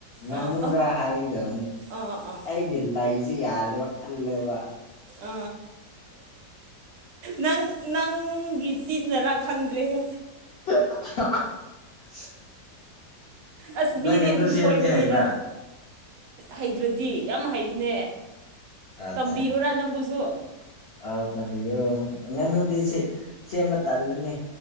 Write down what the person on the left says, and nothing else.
ꯉꯥꯅꯨ
ꯄꯨꯔꯥ ꯍꯥꯏꯒꯗꯕꯅꯦ
ꯑꯩꯒꯤ ꯂꯩꯁꯦ ꯌꯥꯗ꯭ꯔꯦꯕ ꯀꯜꯂꯦꯕ
<unintelligible>
ꯅꯪ
ꯉꯥꯅꯨ
ꯁꯦꯝꯕꯗꯤ
ꯍꯩꯕ꯭ꯔꯥ
ꯑꯠꯆꯥ
ꯑꯥꯎ ꯇꯝꯕꯤꯌꯣ ꯉꯥꯅꯨꯗꯤ ꯁꯦꯝꯕ ꯇꯜꯂꯤꯅꯦ